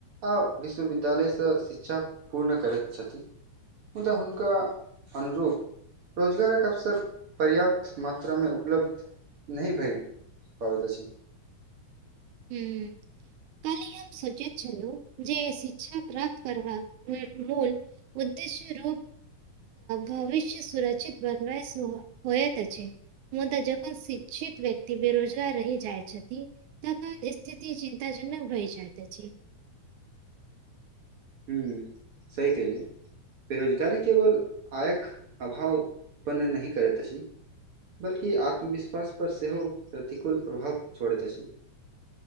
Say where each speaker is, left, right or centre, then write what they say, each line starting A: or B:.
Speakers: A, on the right; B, on the right.
A: आओ विश्ववद्यालय सँ शिक्षा पूर्ण करैत छथि मुदा हुनका अनुरूप रोजगारक अवसर पर्याप्त मात्रामे उपलब्ध नहि भए पाबैत अछि
B: हू काल हम सोचैत छलहु जे शिक्षा प्राप्त करबाक मूल उद्देश रूप भविष्य सुरक्षित बनबै सेहो होयत अछि मुदा जखन शिक्षित व्यक्ति बेरोजगार रहि जाइ छथि तखन स्थिति चिन्तााजनक भइ जाइत अछि
A: हुँ सह कहलिए बेरोजगारी केवल आय के अभाव उत्पन्न नहि करैत अछि बल्कि आत्मविश्वास पर सेहो प्रतिकूल प्रभाव छोड़ैत अछि